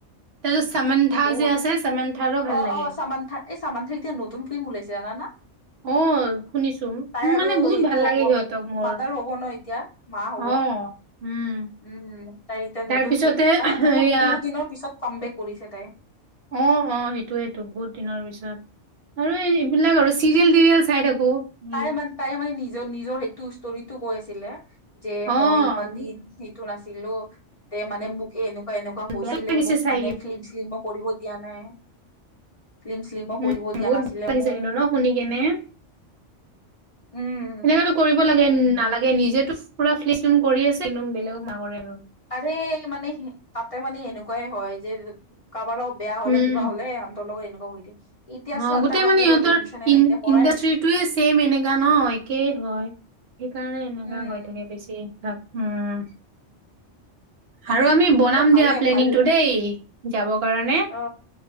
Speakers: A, on the right; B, on the left.
A: তাৰপিছত সামান্থা
B: বহুত
A: যে সামান্থাৰো ভাল
B: অ
A: লাগে।
B: অ চামান্থা এই সামান্থা এতিয়া নতুন ফিল্ম উলাইছে জানা না?
A: অ শুনিছো উম,
B: তাই আৰু
A: মানে বহুত
B: সেইটো
A: ভাল
B: হ'ব
A: লাগে সিহঁতক মোৰ
B: মাদাৰ হ'ব ন এতিয়া? মা হ'ব।
A: অ উম'।
B: উম, তাই
A: তাৰপিছতে
B: নতুন ফিল্ম মানে বহুত,
A: এয়া
B: বহুত দিনৰ পিছত কামবেক তাই।
A: অ', অ' সেইটো য়েইটো বহুত দিনৰ পিছত আৰু এ এইবিলাক আৰু চিৰিয়েল টিৰিয়েল চাই থাকো। উম,
B: তাই মানে, তাই মানে নিজৰ নিজৰ সেইটো ষ্টৰিটো কৈ আছিলে। যে
A: অ'
B: মই ইমান
A: উম,
B: দিন এইটো নাছিলো। তে মানে মোক এনেকুৱা, এনেকুৱা কৈছিলে
A: বেয়া লাগিছে
B: মোক
A: চাই
B: মানে
A: কিনে।
B: ফিল্ম, চিল্মো কৰিব দিয়া নাই, ফিল্ম চিল্মো
A: উম,
B: কৰিব দিয়া
A: বহুত
B: নাছিলে
A: বেয়া লাগিছে
B: মোক।
A: কিন্তু ন শুনি কেনে।
B: উম
A: সেনেকাতো কৰিব লাগে, নালাগে। নিজেতো পুৰা ফিল্ম কৰি আছে একদম বেলেগক নকৰে আৰু।
B: আৰে মানে তাতে মানে এনেকুৱাই হয়, যে কাৰবাৰ লগ বেয়া হ'লে
A: উম,
B: কিবা হ'লে সিহতৰ লগত এনেকুৱা কৰি দিয়ে। এতিয়া শ্ৰদ্ধা
A: অ' গোটেই
B: কাপুৰৰ
A: মানে ইহতৰ
B: দেখিছানে নাই
A: ইন-ইণ্ডাষ্ট্ৰিটোৱে
B: এতিয়া কৰাই নাই
A: ছেম এনেকা ন' একেই হয়। সেইকাৰণে এনেকা
B: উম
A: হৈ থাকে, বেছি ভাগ উম'। আৰু আমি
B: কিন্তু
A: বনাম
B: ভালে
A: দিয়া প্লেনিংটো
B: ভাল
A: দেই, যাবৰ কাৰণে।
B: অ